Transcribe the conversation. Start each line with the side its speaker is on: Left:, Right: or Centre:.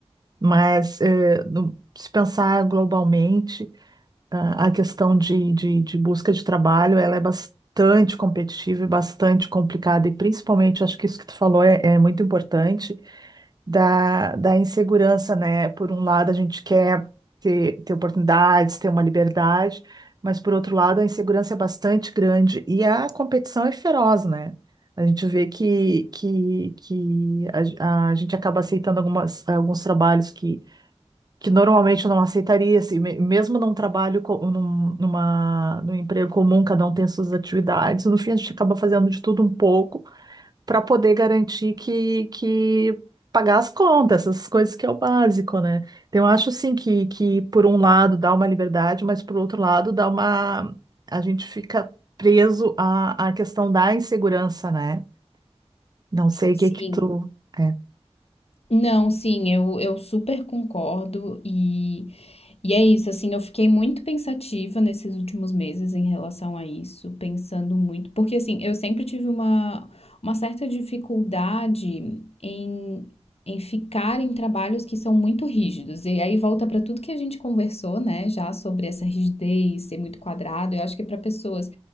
Right: Mas eh, no- se pensar globalmente, ah, a questão de, de, de busca de trabalho, ela é bastante competitiva e bastante complicada, e principalmente, acho que isso que tu falou é é muito importante da, da insegurança, né? Por um lado, a gente quer ter, ter oportunidades, ter uma liberdade, mas por outro lado, a insegurança é bastante grande e a competição é feroz, né? A gente vê que, que, que a, a gente acaba aceitando algumas, alguns trabalhos que, que normalmente eu não aceitaria, assim, me- mesmo num trabalho, co- num, numa, num emprego comum, cada um tem suas atividades, no fim a gente acaba fazendo de tudo um pouco para poder garantir que, que pagar as contas, essas coisas que é o básico, né? Então, eu acho assim que, que por um lado dá uma liberdade, mas por outro lado dá uma. A gente fica preso à, à questão da insegurança, né? Não sei
Left: Sim.
Right: o que que tu. é.
Left: Não, sim, eu, eu super concordo e E é isso, assim, eu fiquei muito pensativa nesses últimos meses em relação a isso, pensando muito, porque assim, eu sempre tive uma, uma certa dificuldade em, em ficar em trabalhos que são muito rígidos. E aí volta para tudo que a gente conversou, né, já sobre essa rigidez, ser muito quadrado. Eu acho que para pessoas